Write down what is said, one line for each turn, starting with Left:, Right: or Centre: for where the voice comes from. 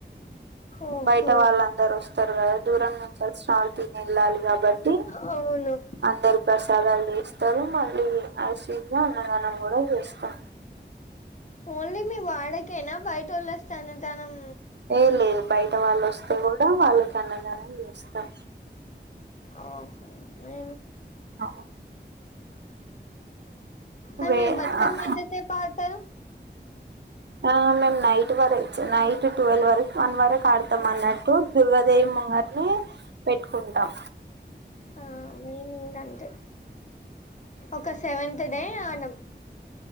Left: ఓహో
Right: బయట వాళ్ళందరూ ఓస్తారు. గాదా దూరం నుంచి వచ్చిన వాళ్ళు తిని ఏళ్ళాలి. కాబట్టి
Left: అవును
Right: అందరు ప్రసదాలు చెస్ స్తారు మళ్ళీ ఐసీ లో అన్నదానం కూడా చేస్తాం
Left: ఓన్లీ మీ వాడకేనా బయట వాళ్ళొస్తే అన్నదానం
Right: ఏ లేదు బయట వాళ్ళు వస్తే కూడా వాళ్ళకి అన్నదానం చేస్తాం
Left: ఆ మే
Right: ఆ
Left: ఆ
Right: వే
Left: మీరు బతుకమ్మ
Right: ఆ,
Left: ఎంత సేపు ఆడుతారు
Right: ఆ మేము నైట్ వర ఇచ్చ నైట్ ట్వెల్వ్ వరకు వన్ వరకు ఆడతాం అన్నట్టు దుర్గదేవి మార్నింగ్ పెట్టుకుంటాం
Left: ఆ మేము ఇంక అంతే ఒక సెవెంత్ డే ఆడమ్